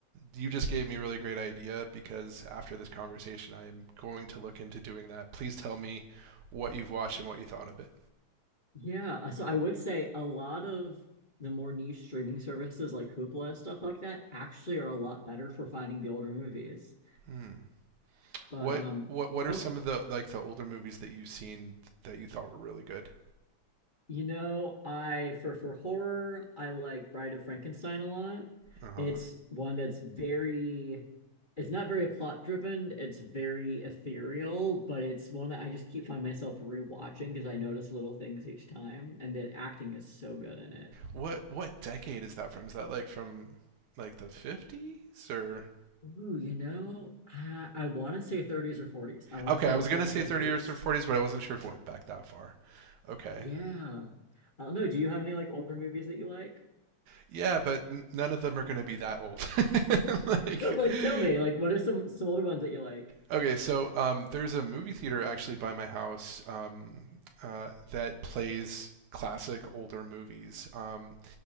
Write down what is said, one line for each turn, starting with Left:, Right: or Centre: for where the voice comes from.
Right: you just gave me a really great idea because after this conversation, I am going to look into doing that. Please tell me what you've watched and what you thought of it.
Left: Yeah, so I would say a lot of the more niche streaming services like Hoopla and stuff like that actually are a lot better for finding the older movies.
Right: Hmm.
Left: But
Right: What
Left: um,
Right: what what are
Left: oh,
Right: some of the like the older movies that you've seen that you thought were really good?
Left: You know, I for for horror, I like Bride of Frankenstein a lot.
Right: Uh huh.
Left: It's one that's very it's not very plot driven, it's very ethereal, but it's one that I just keep finding myself rewatching because I notice little things each time and the acting is so good in it.
Right: What what decade is that from? Is that like from like the 50s or
Left: Ooh, you know, I, I want to say 30s or 40s. I want
Right: okay
Left: to say
Right: i
Left: before
Right: was going to
Left: the
Right: say
Left: 50s.
Right: 30 years or 40s but i wasn't sure if it went back that far okay
Left: Yeah. I don't know. Do you have any like older movies that you like? <laughs>
Right: yeah but n- none of them are going to be that old <laughs> like
Left: No,
Right: you,
Left: but, like tell me, like what are some some older ones that you like?
Right: Okay, so um, there's a movie theater actually by my house um, uh, that plays classic older movies, um,